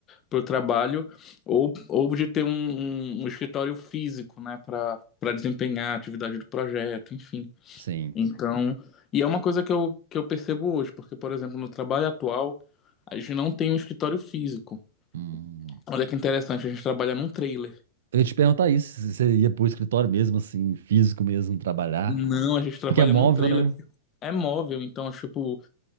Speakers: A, on the left; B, on the right.
A: pro trabalho ou ou de ter um, um- um escritório físico, né, para para desempenhar a atividade do projeto, enfim.
B: sim.
A: Então, e é uma coisa que eu que eu percebo hoje, porque por exemplo, no trabalho atual, a gente não tem um escritório físico.
B: Hum.
A: Olha que interessante, a gente trabalha num trailer.
B: Eu ia te perguntar isso, se você ia pro escritório mesmo, assim, físico mesmo, trabalhar.
A: Não, a gente trabalha
B: Porque é móvel,
A: num trailer,
B: né?
A: porque é móvel, então, tipo,